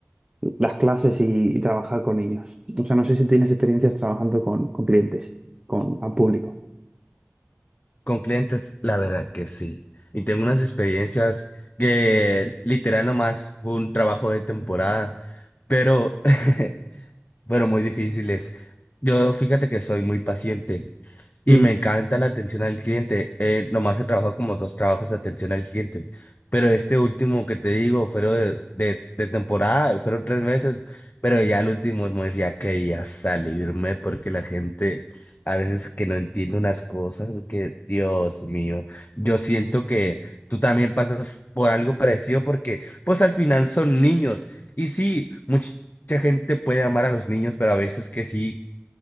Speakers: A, on the right; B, on the left.
A: las clases y, y trabajar con ellos. O sea, no sé si tienes experiencias trabajando con, con clientes, con al público.
B: Con clientes, la verdad que sí. Y tengo unas experiencias que literal nomás fue un trabajo de temporada, pero <laughs> pero muy difíciles. Yo fíjate que soy muy paciente y
A: Ujú.
B: me encanta la atención al cliente. Eh, nomás he trabajado como dos trabajos de atención al cliente, pero este último que te digo fueron de, de, de temporada, fueron tres meses, pero ya el último me decía que ya salirme porque la gente a veces que no entiende unas cosas que, Dios mío, yo siento que tú también pasas por algo parecido porque pues al final son niños y sí, muchas Mucha gente puede amar a los niños, pero a veces que sí